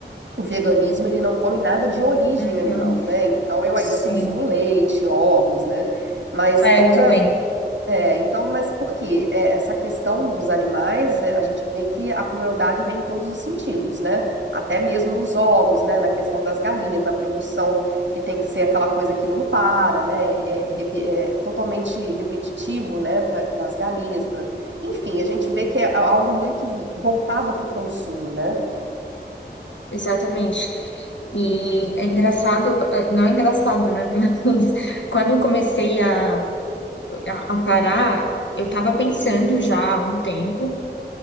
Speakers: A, on the right; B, on the left.
A: o veganismo ele não come nada de origem
B: Uhum.
A: animal, né? Então eu
B: Sim.
A: ainda consumo leite, ovos, né? Mas
B: É,
A: toda,
B: eu também,
A: é, então, mas por quê? É, essa questão dos animais, é, a gente vê que a crueldade vem em todos os sentidos, né? Até mesmo nos ovos, né? Na questão das galinhas, na produção, que tem que ser aquela coisa que não para, né? É, é repe- é totalmente repetitivo, né? Para as galinhas. pra- Enfim, a gente vê que é algo muito vi- voltado para o consumo, né?
B: exatamente. E é engraçado, eh, não é engraçado, né? <laughs> Mas quando eu comecei a, a, a parar, eu tava pensando já há um tempo,